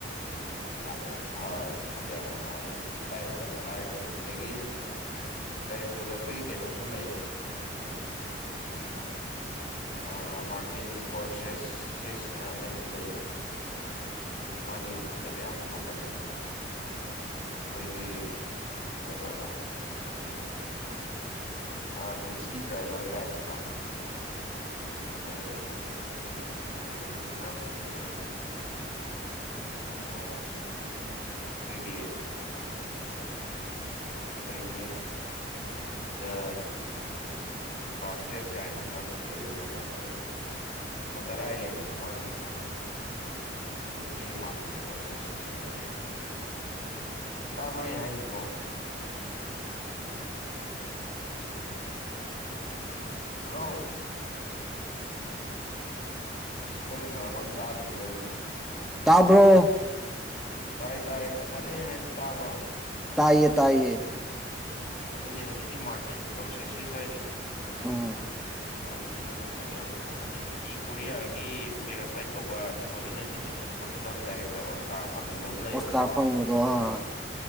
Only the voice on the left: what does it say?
ꯌꯥꯝꯅ ꯐꯖꯕꯅꯦ ꯃꯥꯁꯨ ꯗꯥꯏꯔꯦꯛꯇꯔꯒꯥ ꯍꯥꯏꯔꯒꯗꯤ ꯑꯗꯨꯗꯒꯤ ꯗꯥꯏꯔꯦꯛꯇꯔꯗ ꯑꯩꯈꯣꯏꯒꯤ ꯀꯩꯅꯣꯁꯨ ꯂꯩꯌꯦ ꯑꯥ ꯃꯥꯔꯇꯤꯟ ꯏꯁꯀꯣꯔꯁꯦꯁ ꯁꯤꯁꯅ ꯑꯃꯁꯨ ꯂꯩꯌꯦ ꯃꯥꯖꯨ ꯐꯖꯕ ꯌꯥꯝ ꯄꯨꯊꯣꯛꯄꯅꯦ ꯑꯩꯈꯣꯏꯒꯤ ꯀꯩꯅꯣꯗꯣ ꯑꯥ ꯇꯤꯛꯁꯤ ꯗ꯭ꯔꯥꯏꯚꯔ ꯀꯥꯏꯅꯀꯣ ꯑꯗꯨꯗꯒꯤ ꯑꯇꯩ ꯑꯇꯩꯖꯨ ꯑꯗꯨꯝ ꯈꯔ ꯄꯨꯊꯣꯛꯑꯦ ꯃꯥꯖꯦ ꯀꯦꯅꯣ ꯑꯈꯣꯏꯒꯤ ꯀꯔꯤꯌꯦ ꯗ ꯗꯤꯄꯥꯔꯇꯦꯠ ꯀꯥꯏꯅ ꯈꯔ ꯄꯨꯊꯣꯛꯑꯦ ꯂꯤꯌꯣꯔꯅꯥꯗꯣꯔꯒꯤ ꯁꯠꯇꯔ ꯑꯥꯏꯂꯦꯟꯒꯗꯣ ꯃꯥꯅ ꯄꯨꯊꯣꯛꯄꯅꯦ ꯍꯧꯖꯤꯛꯀꯤ ꯃꯥꯔꯇꯤꯟ ꯀꯣꯔꯁꯦꯁ ꯁꯤꯁ ꯍꯥꯏꯗꯨꯅ ꯇꯥꯕ꯭ꯔꯣ ꯑꯩ ꯍꯥꯏꯖꯤꯕꯣ ꯍꯜꯂꯣ ꯑꯩꯁ ꯅꯪꯅ ꯉꯥꯡꯕ ꯑꯝ ꯇꯥꯗ꯭ꯔꯦꯍꯦ ꯑꯩꯗꯤ
ꯇꯥꯔꯦ ꯇꯥꯔꯦ ꯉꯁꯥꯏꯗꯩ ꯑꯩꯅ ꯍꯥꯏꯗꯣ ꯇꯥꯕ꯭ꯔꯣ
ꯑꯗꯨꯅꯦ ꯍꯧꯖꯤꯛꯀꯤ ꯃꯥꯔꯇꯤꯟ ꯁ꯭ꯀꯣꯔꯁꯦꯁꯤꯁ ꯍꯥꯏꯁꯦ
ꯃꯥꯖꯨ ꯐꯤꯂꯝ ꯐꯖꯕ ꯌꯥꯝ ꯄꯨꯊꯣꯛꯄꯅꯦ ꯃꯤ ꯀꯣꯔꯤꯌꯥꯒꯤ ꯄꯦꯔꯥꯁꯥꯏꯠ ꯀꯧꯕ ꯇꯨ ꯊꯧꯖꯟ ꯅꯥꯏꯟꯇꯤꯟꯗ ꯄꯨꯊꯣꯛꯄ ꯐꯤꯂꯝ ꯗꯥꯏꯔꯦꯛꯇꯔ ꯑꯣꯁꯀꯥꯔ ꯐꯪꯒꯤꯕ ꯑꯝ ꯂꯩꯌꯦꯕꯀꯣ